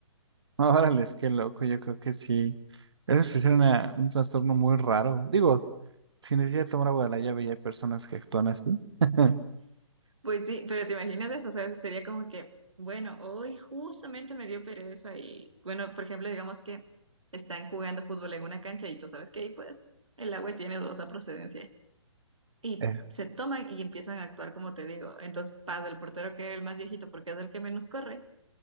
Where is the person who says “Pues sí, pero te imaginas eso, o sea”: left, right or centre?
Right